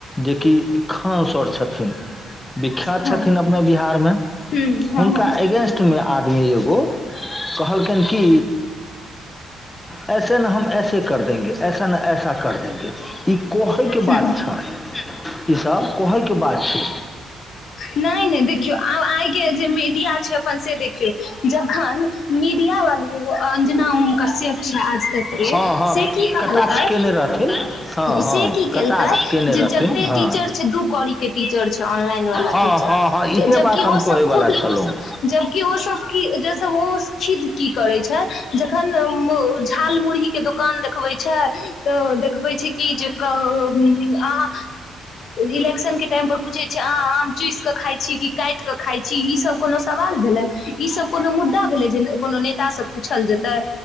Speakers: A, on the left (about 15°); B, on the left (about 60°).
A: जेकि खान सर छल छथिन विख्यात
B: हँ
A: छथिन
B: हूँ
A: अपना बिहारमे
B: हँ
A: हुनका
B: हँ
A: एगेन्स्टमे आदमी एगो कहलकैन कि ऐसे ने हम ऐसे कर देंगे ऐसा ने ऐसा कर देंगे ई कहैके
B: हूँ
A: बात छै ई सब कहै के बात छै
B: नहि नहि देखियौ आब आइ के जे मिडिया छै अपन से देखियौ जखन मिडिया वाली एगो अंजना ओम कश्यप आज तक के
A: हँ हँ
B: से की कहलकै
A: कटाक्ष केने रहथिन हँ
B: से
A: हँ
B: की
A: कटाक्ष
B: केलकै
A: केने
B: जे
A: रहथिन
B: जते
A: हँ
B: टीचर छै दू कौड़ी के टीचर छै ऑनलाइन वाला
A: हँ
B: टीचर
A: हँ हँ इहे
B: जबकि
A: बात हम
B: ओ सब
A: कहैवला
B: खुद
A: छलहुँ
B: जबकि ओ सब कि जैस ओ की करै छै ज अखन झाल मुरही के दुकान देखबे छै तऽ देखबे छै कि जे कह अह इलेक्शन के टाइम पर पूछे छै अहाँ आम पीस कऽ खाइ छी कि काटि कऽ खाइ छी ई सब कोनो सवाल भेलै ई सब कोनो मुद्दा भेलै जे कोनो नेता सब पूछल जेतै